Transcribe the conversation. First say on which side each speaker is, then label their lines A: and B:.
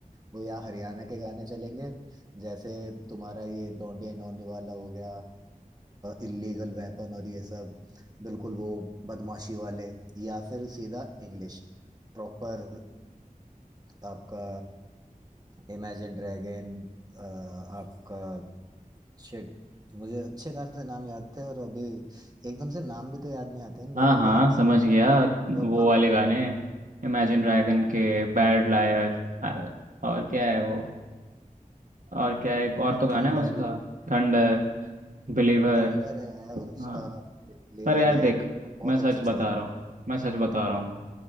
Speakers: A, on the right; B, on the right.
A: वो या हरियाणा के गाने चलेंगे जैसे तुम्हारा ये डोंडिया नोनी वाला हो गया इलीगल वेपन और ये सब बिल्कुल वो बदमाशी वाले या फिर सीधा इंग्लिश प्रॉपर आपका इमेजिन ड्रैगन आपका शिट मुझे अच्छे खासे नाम याद थे और अभी एकदम से नाम भी तो याद नहीं आते इन
B: हाँ
A: लोगों
B: हाँ
A: के
B: समझ गया
A: वह
B: वो
A: पर
B: वाले गाने इमेजिन ड्रैगन के बैड लायर और क्या है वो और क्या है एक और तो गाना
A: थंडर
B: है उसका थंडर बिलीवर
A: थंडर है उसका
B: हाँ
A: फ्लेवर
B: पर यार
A: है
B: देख
A: वो बहुत
B: मैं सच
A: अच्छे अच्छे
B: बता
A: गाने
B: रहा हूँ मैं सच बता रहा हूँ